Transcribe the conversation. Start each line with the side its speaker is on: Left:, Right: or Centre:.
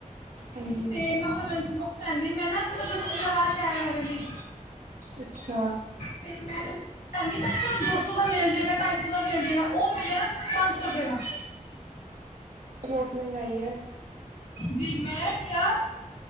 Right: ਹਾਂਜੀ
Left: ਤੇ ਮੈਂ ਉਹਦਾ ਲੰਚ ਬੋਕਸ ਕਹਿੰਦੀ ਮੈਂ ਨਾ ਇੱਥੇ ਮਤਲਬ ਨਵਾਂ ਸ਼ਹਿਰ ਹੈ ਮੇਰੇ ਲਈ।
Right: ਅੱਛਾ!
Left: ਤੇ ਮੈਂ ਕਹਿੰਦੇ ਨੂੰ ਦੋ ਸੌ ਦਾ ਮਿਲ ਜੇਗਾ ਢਾਈ ਸੌ ਦਾ ਮਿਲ ਜਗਾ ਉਹ <inaudible> ਮਿਲਿਆ ਮੈਨੂੰ ਪੰਜ ਸੌ ਰੁਪਏ ਦਾ
Right: ਬਹੁਤ ਮਹਿੰਗਾਈ ਹੈ।
Left: ਜੀ ਮੈਂ ਕਿਆ